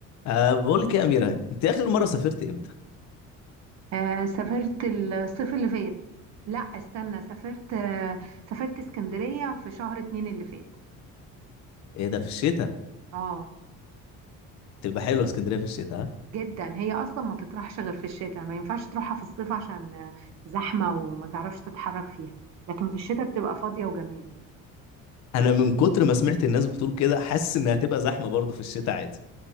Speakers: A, on the left; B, on the right.
A: أه بقول لك إيه يا أميرة أنت آخر مرة سافرت إمتى؟
B: آه سافرت الصيف اللي فات لا استنى سافرت آه سافرت اسكندرية في شهر اتنين اللي فات
A: إيه ده في الشتاء
B: اه
A: تبقى حلوة اسكندرية في الشتاء ها؟
B: جدا هي اصلا ما تطرحش غير في الشتاء ما ينفعش تروحها في الصيف عشان آه، زحمة وما تعرفش تتحرك فيها لكن في الشتاء بتبقى فاضية وجميلة
A: أنا من كتر ما سمعت الناس بتقول كده حاسس إنها هتبقى زحمة برضه في الشتاء عادي